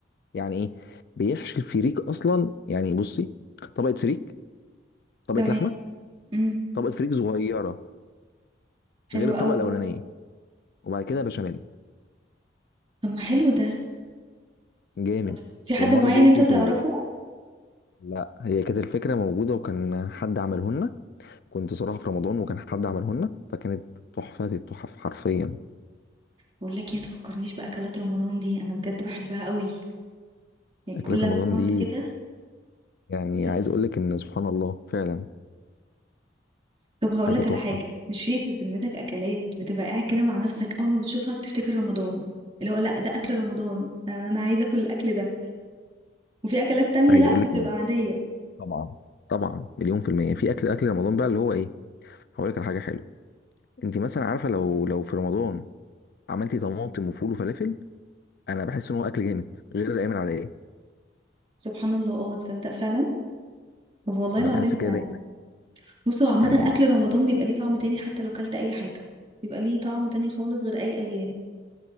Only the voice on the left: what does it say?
يعني ايه بيحشي الفريك اصلا يعني بصي طبقة فريك طبقة
لحمة
طبقة فريك صغيرة
غير الطبقه
الاولانيه وبعد كده بشاميل
جامد
ومره
دقته
بال لا هي كانت الفكره موجوده وكان حد عمله لنا كنت صراحه في رمضان وكان حد عمله لنا فكانت تحفه التحف حرفيا
اكلات
رمضان
دي
يعني
عايز اقول لك ان سبحان الله فعلا
حاجه
تحفه
عايز
اقول
لك إن
طبعا طبعا مليون في المية في أكل أكل رمضان بقى اللي هو إيه هقول لك على حاجة حلوة أنت مثلا عارفة لو لو في رمضان عملتي طماطم وفول وفلافل أنا بحس إن هو أكل جامد غير الأيام العادية
أنا
بحس كده
يعني